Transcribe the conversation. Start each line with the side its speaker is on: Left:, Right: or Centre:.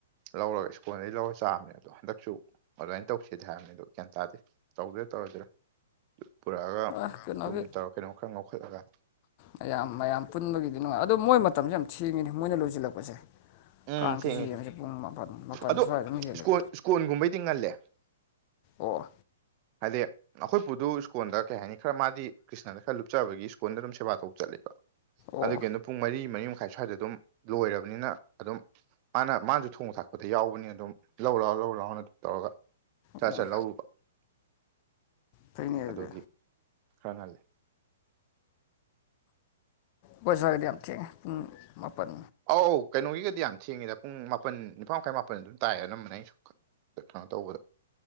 Right: ꯂꯧꯔꯒ ꯁ꯭ꯀꯨꯜꯗꯗꯒꯤ ꯂꯧꯔ ꯆꯥꯕꯝꯅꯦ ꯑꯗꯣ ꯍꯟꯗꯛꯁꯨ ꯑꯗꯨꯃꯥꯏꯅ ꯇꯧꯁꯤꯗꯤꯦ ꯍꯥꯏꯔꯕꯅꯤ ꯑꯗꯣ ꯭ꯌꯥꯟ ꯇꯥꯗꯦ ꯇꯧꯗꯔꯥ ꯇꯧꯔꯗꯤꯔꯥ ꯄꯨꯔꯛꯑꯒ
Left: ꯑ ꯀꯩꯅꯣꯒꯤ
Right: ꯌꯨꯝ ꯇꯧꯔ ꯀꯩꯅꯣꯝ ꯈꯔ ꯉꯧꯈꯠꯂꯒ
Left: ꯃꯌꯥꯝ ꯃꯌꯥꯝ ꯄꯨꯟꯕꯒꯤꯗꯤ ꯅꯨꯡꯉꯥꯏ ꯑꯗꯨꯗꯣ ꯃꯣꯏ ꯃꯇꯝꯁꯦ ꯌꯥꯝ ꯊꯦꯡꯉꯤꯅꯤ ꯃꯣꯏꯅ ꯂꯣꯏꯁꯤꯜꯂꯛꯄꯁꯦ
Right: ꯎꯝ
Left: ꯀꯥꯡꯁꯤ
Right: ꯊꯦꯡꯉꯦꯁꯦ
Left: ꯌꯦꯕꯁꯦ ꯄꯨꯡ ꯃꯥꯄꯜ
Right: ꯑꯗꯣ
Left: ꯁꯋꯥꯏ ꯑꯗꯨꯝ ꯍꯦꯜꯂꯦꯕ
Right: ꯏꯁꯀꯣꯟ ꯏꯁꯀꯣꯟꯒꯨꯝꯕꯩꯗꯤ ꯉꯜꯂꯦ
Left: ꯑꯣ
Right: ꯍꯥꯏꯗꯤ ꯑꯩꯈꯣꯏ ꯄꯨꯗꯨ ꯁ꯭ꯀꯣꯟꯜꯗ ꯀꯩ ꯍꯥꯏꯅꯤ ꯈꯔ ꯃꯥꯗꯤ ꯀ꯭ꯔꯤꯁꯅꯅ ꯈꯔ ꯂꯨꯞꯆꯕꯒꯤ ꯁ꯭ꯀꯣꯟꯗ ꯑꯗꯨꯝ ꯁꯦꯕꯥ ꯇꯧꯕ ꯆꯠꯂꯦꯕ
Left: ꯑꯣ
Right: ꯑꯗꯨꯒꯤꯣ ꯄꯨꯡ ꯃꯔꯤ ꯃꯔꯤ ꯃꯈꯥꯏ ꯁ꯭ꯋꯥꯏꯗ ꯑꯗꯨꯝ ꯂꯣꯏꯔꯕꯅꯤꯅ ꯑꯗꯨꯝ ꯃꯥꯅ ꯃꯥꯅꯁꯨ ꯊꯣꯡꯕ ꯊꯥꯛꯄ ꯑꯗ ꯌꯥꯎꯕꯅꯤ ꯑꯗꯨꯝ ꯂꯧ ꯂꯥꯛꯑꯣ ꯂꯧ ꯂꯥꯛꯑꯣꯅ ꯑꯗꯨꯝ ꯇꯧꯔꯒ ꯆꯠ
Left: ꯑꯣ
Right: ꯆꯠ ꯂꯧꯔꯨꯕ
Left: ꯐꯩꯅꯦ ꯑꯗꯨꯗꯤ
Right: ꯑꯗꯨꯒꯤ ꯈꯔ ꯉꯜꯂꯤ
Left: ꯄꯣꯏꯁꯥꯒꯗꯤꯝ ꯊꯦꯡ ꯄꯨꯡ ꯃꯄꯜ
Right: ꯑꯧ ꯑꯧ ꯀꯩꯅꯣꯒꯤꯒꯗꯤ ꯌꯥꯝ ꯊꯦꯡꯉꯤꯗ ꯄꯨꯡ ꯃꯥꯄꯟ ꯅꯤꯄꯥꯥꯟ ꯃꯈꯥꯏ ꯃꯥꯄꯟ ꯑꯗꯨꯝ ꯇꯥꯏꯌꯦ ꯑꯅꯝꯕꯅ ꯑꯁꯨ ꯀꯩꯅꯣ ꯇꯧꯕꯗ